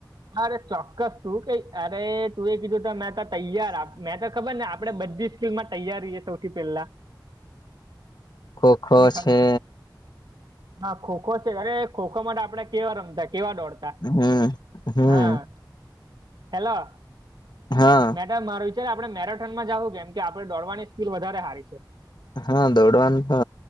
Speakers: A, on the right (about 65°); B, on the left (about 60°).
A: અરે ચોક્કસ તું ક અરે તું એ કીધું તો મે ત તૈયાર આપ મેં તો ખબર ને આપડે બધી સ્કીલ માં તૈયારીએ સૌથી પેલા.
B: ખોખો
A: ખબર
B: છે.
A: હા ખોખો છે અરે ખોખો માટે આપડે કેવા રમતા કેવા દોડતા.
B: હમ. હમ
A: હા હેલો.
B: હા.
A: માર છે ને આપણે મેરાથોન માં જવું કેમ કે આપડણે દોડવાની સ્કીિલ વધારે હારી છે.
B: હા દોડવાનું તો